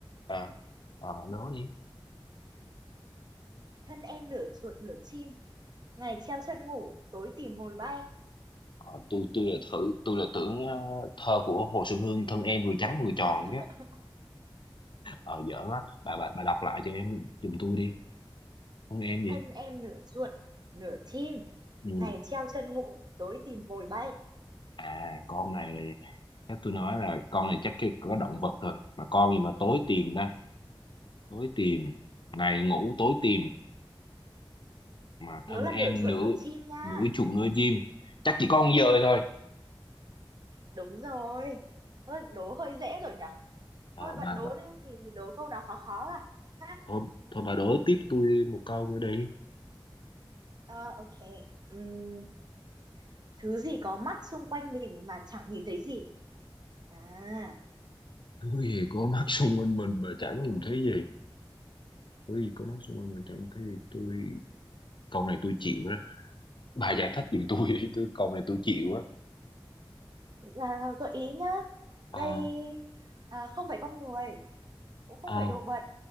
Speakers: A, on the left; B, on the right.
A: à, à nói đi
B: thân em nửa chuột nửa chim ngày treo chân ngủ tối tìm mồi bay
A: Ờ, tôi tôi là thử tôi là tưởng ờ, thơ của Hồ Xuân Hương thân em vừa trắng vừa tròn
B: <laughs>
A: chứ ờ giỡn á bà bà bà đọc lại cho em giùm tôi đi thân em gì
B: thân em nửa chuột nửa chim
A: ừ
B: ngày treo chân ngủ tối tìm mồi bay
A: À con này là chắc tôi nói là con này chắc cái có động vật thôi mà con gì mà tối tìm ta tối tìm ngày ngủ tối tìm mà
B: nhớ
A: thân
B: là
A: em
B: nửa chuột
A: nửa
B: nửa chim nha
A: nửa chuồng nửa chim chắc chỉ con dơi thôi
B: đúng rồi thôi đố hơi dễ rồi nhở
A: Ờ,
B: thôi bạn
A: bà,
B: đố
A: bà
B: đi thì đố câu nào khó khó à ha
A: thôi thôi bà đối tiếp tôi một câu nữa đi
B: ờ ok Ừm, thứ gì có mắt xung quanh mình mà chẳng nhìn thấy gì à,
A: thứ gì có mắt xung quanh mình mà chẳng nhìn thấy gì thứ gì có mắt xung quanh mình chẳng nhìn thấy gì tôi câu này tôi chịu đó bà giải thích giùm tôi đi tôi câu này tôi chịu á
B: à gợi ý nhá
A: ờ
B: đây à, không phải con người cũng không
A: ờ
B: phải đồ vật